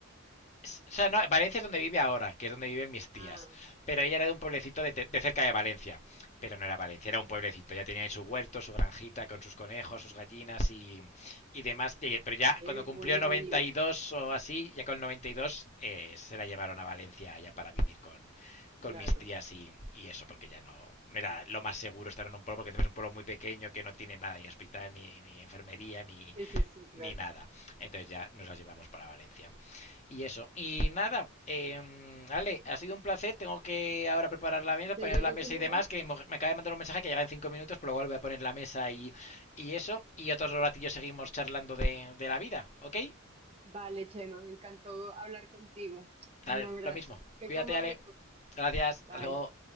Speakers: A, on the left; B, on the right.
A: o sea, no, Valencia es donde vive ahora, que es donde viven mis tías.
B: Ah,
A: Pero ella era de un pueblecito de, de cerca de Valencia. Pero no era Valencia, era un pueblecito. Ya tenía ahí su huerto, su granjita con sus conejos, sus gallinas y, y demás. Pero ya
B: qué
A: cuando cumplió
B: buena
A: 92
B: vida.
A: o así, ya con 92 eh, se la llevaron a Valencia ya para vivir con, con
B: Claro.
A: mis tías y, y eso, porque ya no, no era lo más seguro estar en un pueblo, porque encima es un pueblo muy pequeño que no tiene nada, ni hospital, ni, ni enfermería, ni,
B: Sí, sí, sí, claro.
A: ni nada. Entonces ya nos la llevamos para Valencia. Y eso. Y nada, eh, Ale, ha sido un placer. Tengo que ahora preparar la mesa,
B: ¿Ya
A: poner
B: llegó
A: la mesa
B: tu mujer?
A: y demás. Que me acaba de mandar un mensaje que llega en cinco minutos, pero luego voy a poner la mesa y, y eso. Y otros ratillos seguimos charlando de, de la vida, ¿ok?
B: Vale, Chema, me encantó hablar contigo.
A: Dale,
B: Un abrazo.
A: lo mismo.
B: Que
A: Cuídate,
B: comas
A: Ale.
B: rico.
A: Gracias.
B: Bye.
A: Hasta luego.